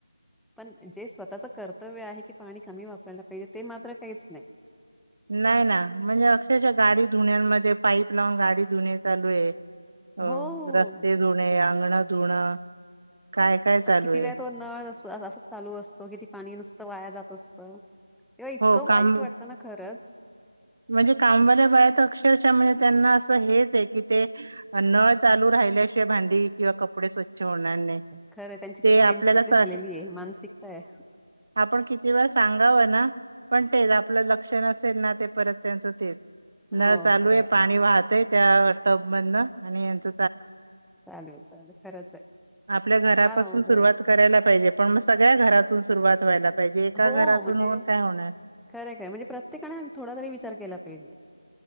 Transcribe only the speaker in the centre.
पण जे स्वताच. ्कर्तव्य. ते आहे की पाणी कमी वापरायला पाहिजे ते मात्र काहीच नाही..
हो
हो.
आणि
किती
वेळ तो नळ असाच चालू असतो.. किती पाणी नुसतं वाया जात असतं.. तेव्हा इतकं
वाईट वाटतं ना खरंच....
खरं त्यांची ती
मेंटॅलिटी
झालेली आहे मानसिकता आहे.
हो
खरं
चालेू चालेल खरंच आहे
फार अवघड
आहे.
हो
म्हणजे
खरे खरे म्हणजे प्रत्येकाने थोडा तरी विचार केला पाहिजे